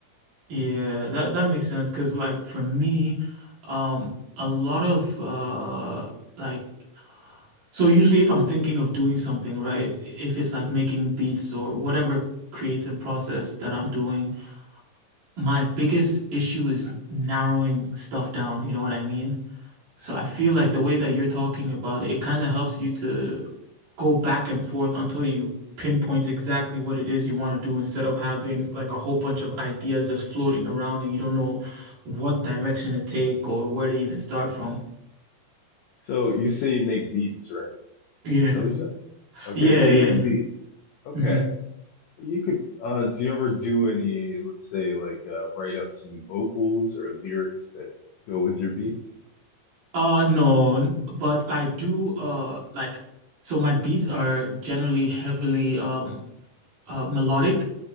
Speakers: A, on the right; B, on the left.
A: Yeah, that that makes sense because like for me, um a lot of uh like so usually if I'm thinking of doing something, right, if it's like making beats or whatever creative process that I'm doing, my biggest issue is narrowing stuff down, you know what I mean? So I feel like the way that you're talking about it, it kind of helps you to go back and forth until you pinpoint exactly what it is you want to do instead of having like a whole bunch of ideas just floating around and you don't know what direction to take or where to even start from.
B: So you say you make beats, right?
A: Yeah.
B: Is that what you said? Okay,
A: Yeah,
B: so
A: yeah.
B: you make beats. Okay.
A: hmm
B: You could uh do you ever do any, let's say like uh write up some vocals or lyrics that go with your beats?
A: Uh no, but I do uh like so my beats are generally heavily um uh melodic.